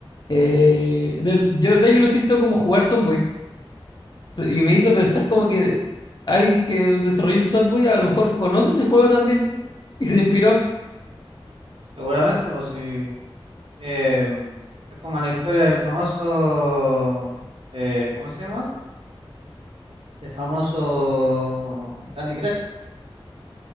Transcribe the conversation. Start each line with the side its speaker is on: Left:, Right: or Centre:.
Left: eh, de, de verdad yo lo siento como jugar Sonboy. Y me hizo pensar como que alguien que desarrolló el Sonboy a lo mejor conoce ese juego también y se inspiró.
Right: seguramente, pues si em, es como la historia del famoso, eh, ¿cómo se llama? El famoso Candy Crush.